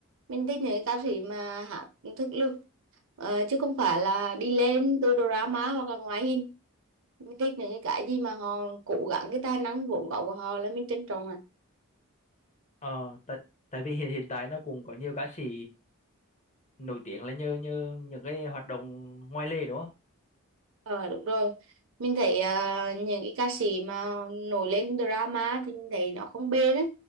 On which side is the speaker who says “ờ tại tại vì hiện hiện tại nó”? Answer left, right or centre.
Left